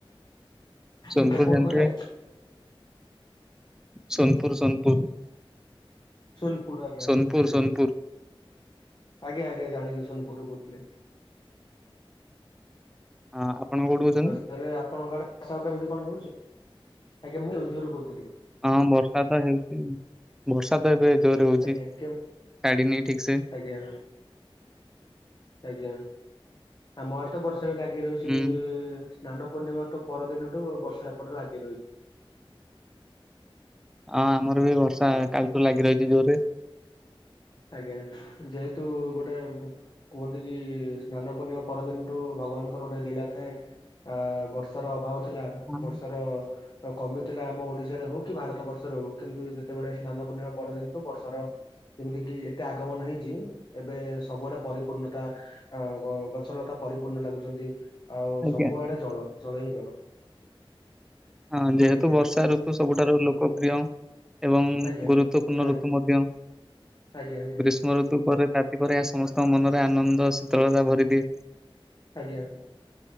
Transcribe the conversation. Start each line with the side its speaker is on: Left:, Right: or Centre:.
Centre: ଷୋନପୁର୍
Left: ଆଜ୍ଞା କୋଉଠୁ
Centre: ଜାଣିଥିବେ?
Left: କହିଲେ
Centre: ସୋନପୁର୍ ସୋନପୁର୍।
Left: ସୋନପୁର୍ ଆଜ୍ଞା
Centre: ସୋନପୁର ସୋନପୁର।
Left: ନିହାତୀ। ଆଜ୍ଞା ଆଜ୍ଞା ଜାଣିଲି ସୋନପୁର୍ କୋଉଥିଲେ।
Centre: ହଁ ଆପଣ କୋଉଠୁ କହୁଚନ୍ତି?
Left: ଏବେ ଆପଣଙ୍କ ଆଡ଼େ ବର୍ଷା କେମିତି କଣ ହୋଉଚି ଆଜ୍ଞା ମୁଁ କେନ୍ଦୁଝରରୁ କହୁଥିଲି।
Centre: ହଁ ବର୍ଷାତ ହେଇଉଚି ବର୍ଷାତ ଏବେ ଜୋରେ ହଉଚି
Left: ଆଜ୍ଞା
Centre: ଛାଡ଼ିନି
Left: କେ
Centre: ଠିକସେ।
Left: ଆଜ୍ଞା। ଆଜ୍ଞା ଆମ ଆଡ଼େତ ବର୍ଷାବି ଲାଗି ରହିଚି
Centre: ହୁଁ।
Left: ସ୍ନାନ ପୂର୍ଣ୍ଣିମାଠୁ ପରଦିନଠୁ ବର୍ଷା ଏପଟେ ଲାଗି ରହିଚି।
Centre: ହଁ ଆମରବି ବର୍ଷା
Left: ଆଜ୍ଞା
Centre: କାଲିଠୁ ଲାଗି ରହିଚି ଜୋରେ।
Left: ଆଜ୍ଞା ଯେହେତୁ ଗୋଟେ କୁହନ୍ତିକି ସ୍ନାନ ପୂର୍ଣ୍ଣିମା ପରଦିନଠୁ ଭଗବାନଙ୍କର ଗୋଟେ ଲୀଳା ଥାଏ ଆ ବର୍ଷାର ଅଭାବ ଥିଲା
Centre: ହଁ
Left: ବର୍ଷାର କମିଥିଲା ଆମ ଓଡ଼ିଶାରେ ହଉକି ଭାରତ ବର୍ଷରେ ହଉ କିନ୍ତୁ ଯେତେବେଳେ ସ୍ନାନ ପୂର୍ଣ୍ଣିମା ପରଦିନଠୁ ବର୍ଷାର ଯେମିତିକିି ଏତେ ଆଗମନ ହେଇଚି ଏବେ ସବୁଆଡ଼େ ପରିପୂର୍ଣ୍ଣତା ଅ ଗ ଗଛ ଲତା ପରିପୂର୍ଣ୍ଣ ଲାଗୁଚନ୍ତି ଆଉ
Centre: ଆଜ୍ଞା
Left: ସବୁଆଡ଼େ
Centre: ଆଜ୍ଞା।
Left: ଜଳ ଜଳ ହିଁ ଜଳ।
Centre: ହଁ ଯେହେତୁ
Left: ଆଜ୍ଞା
Centre: ବର୍ଷା ଋତୁ ସବୁଠାରୁ ଲୋକପ୍ରିୟ ଏବଂ
Left: ଆଜ୍ଞା
Centre: ଗୁରୁତ୍ୱପୂର୍ଣ୍ଣ
Left: ନିହାତି
Centre: ଋତୁ ମଧ୍ୟ
Left: ଆଜ୍ଞା ନିହାତି
Centre: ଗ୍ରୀଷ୍ମ ଋତୁ ପରେ ତା ସେପରି ଏହା ସମସ୍ତଙ୍କ ମନରେ ଆନନ୍ଦ ଶୀତଳତା ଭରିଦିଏ
Left: ଆଜ୍ଞା।